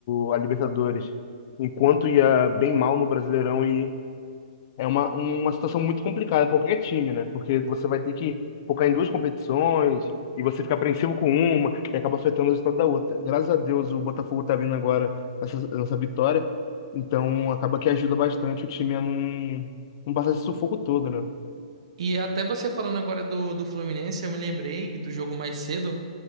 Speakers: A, on the left; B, on the right.
A: o, a Libertadores, enquanto ia bem mal no Brasileirão e é uma, uma situação muito complicada para qualquer time, né? Porque você vai ter que focar em duas competições e você fica apreensivo com uma e acaba afetando o resultado da outra. Graças a Deus o Botafogo tá vindo agora nessa, nessa vitória, então acaba que ajuda bastante o time a não, não passar esse sufoco todo, né?
B: E até você falando agora do, do Fluminense, eu me lembrei do jogo mais cedo.